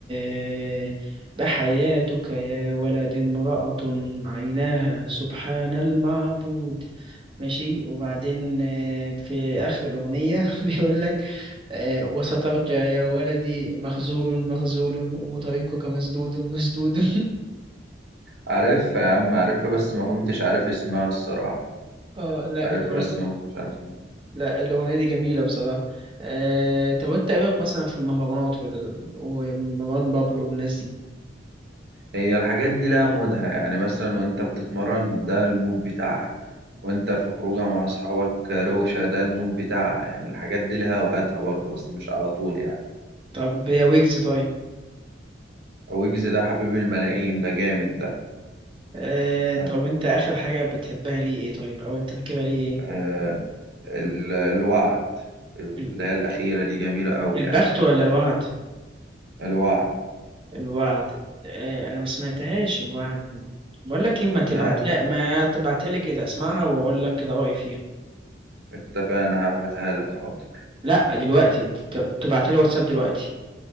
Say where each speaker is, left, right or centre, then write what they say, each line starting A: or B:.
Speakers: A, on the right; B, on the right.
A: آه، بحياتك يا ولد امرأة عيناها سبحان المعبود ماشي وبعدين آه، في آخر الأغنية <laughs> بيقول لك آه، وسترجع يا ولدي مخذول مخذول وطريقك مسدود مسدود <laughs>
B: عارفها يا عم عارفها بس ما كنتش عارف اسمها الصراحة
A: اه لا
B: عارفها
A: الأغنية
B: بس ما كنتش عارف اسمها
A: لا الأغنية دي جميلة بصراحة آه، طب أنت إيه رأيك مثلا في المهرجانات وال- ومروان بابلو والناس دي
B: هي الحاجات دي لها مودها يعني مثلا وانت بتتمرن ده المود بتاعها وانت في خروجه مع اصحابك روشة ده المود بتاعها يعني الحاجات دي لها اوقاتها برضه بس مش على طول يعني
A: طب يا ويجز طيب
B: ويجز ده حبيب الملايين ده جامد ده
A: آه،
B: آه.
A: طب انت اخر حاجة بتحبها ليه ايه طيب او انت فاكرها ليه ايه
B: آه. ال- الوعد اللي
A: ال-
B: هي الأخيرة دي جميلة أوي
A: البخت
B: يعني
A: ولا الوعد
B: الوعد
A: الوعد آه، انا ما سمعتهاش الوعد دي بقول لك ايه ما تبعتها
B: لا
A: ما تبعتها لي كده اسمعها واقول لك كده رأيي فيها
B: اتفقنا هبعتها لك حاضر
A: لا دلوقتي ت- تبعتها لي واتساب دلوقتي